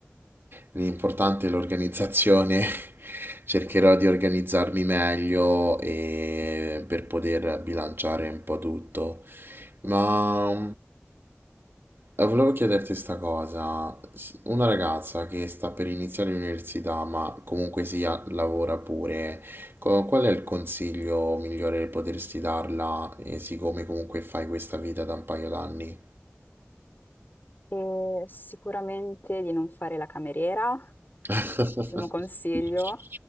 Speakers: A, on the right; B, on the left.
A: l'importante è l'organizzazione, <laughs> cercherò di organizzarmi meglio e per poter bilanciare un po' tutto. Ma eh, volevo chiederti sta cosa. S- Una ragazza che sta per iniziare l'università, ma comunque sia lavora pure, co- qual è il consiglio migliore che potresti darla, eh, siccome comunque fai questa vita da un paio d'anni?
B: Eh, sicuramente di non fare la cameriera,
A: <laughs>
B: primo consiglio,